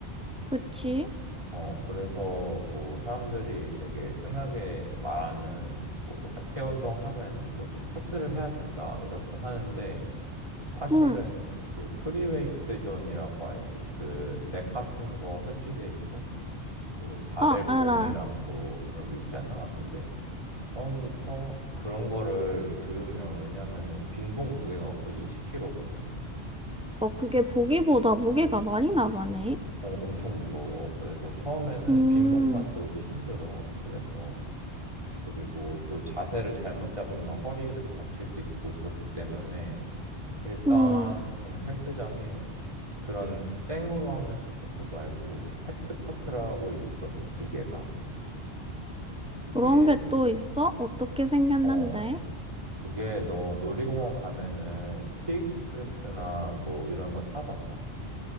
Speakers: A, in the centre; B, on the right (about 30°).
A: 그치?
B: 어, 그래서 뭐 사람들이 되게 흔하게 말하는 뭐 하체 운동 하면은 뭐 스쿼트를 해야 된다 이렇게 하는데 사실은
A: 응.
B: 그 프리웨이트 존이라고 알지? 그 렉 같은 거 설치돼 있고 그 바벨
A: 아, 알아.
B: 봉이랑 뭐 그런 게 있잖아. 근데 처음부터 그런 거를 들으면 왜냐면은 빈봉 무게가 거의 20kg거든.
A: 어, 그게 보기보다 무게가 많이 나가네.
B: 어, 엄청 무거워. 그래서 처음에는
A: 음,
B: 빈봉만 들어도 힘들어. 그래서 그리고 또 자세를 잘못 잡으면 허리에도 다칠 수 있고 그렇기 때문에 일단
A: 음,
B: 헬스장에 그런 생으로 하는 스쿼트 말고 핵스쿼트라고 있거든, 기계가. 그게
A: 그런 게 또 있어? 어떻게 생겼는데?
B: 어, 그게 너 놀이공원 가면은 티익스프레스나 뭐 이런 거 타봤어?